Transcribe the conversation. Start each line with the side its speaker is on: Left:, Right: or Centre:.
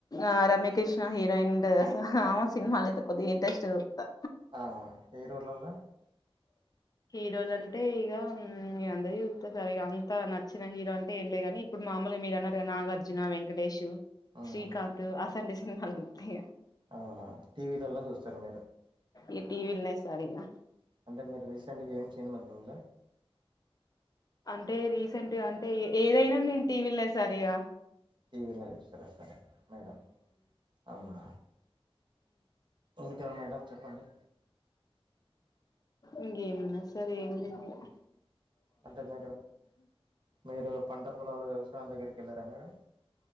Left: ఆ రమ్య కృష్ణ హీరోయిన్ తెల్సా ఆమె సినిమాలైతే కొద్దిగా ఇంట్రెస్ట్ చుతా
Right: ఆ ఎరుర్లొల్లా
Left: హీరోలు అంటే ఇగ అందరివి చూస్తా సార్ ఇగ అంత నచ్చిన హీరో అంటే ఏం లే గాని ఇప్పుడు మామూలుగా మీరన్నారుకదా నాగార్జున వెంకటేషూ
Right: హ్మ్.
Left: శ్రీకాంతు సన్డేస్ హాల్ వుడ్ బి
Right: అవునా టీవీలలో చూస్తారు మీరు
Left: ఈ టీవీలున్నాయి సార్ ఇంకా
Right: అంటే మీరు రీసెంట్గా ఏం చేంజ్ మదు ఉందా
Left: అంటే రీసెంట్గా అంటే ఎ ఏదైనా నేను టీవీలే సార్ ఇగా
Right: టీవీల చూస్తారా సరే మేడం అవునా ఇంకా మేడం చెప్పండి
Left: ఇంకేమున్నాది సార్ ఏం లేదు ఇగ
Right: అంటే మీరు మీరు పంట పొలాల వ్యవసాయం దగ్గరికి వెళ్ళారా మేడం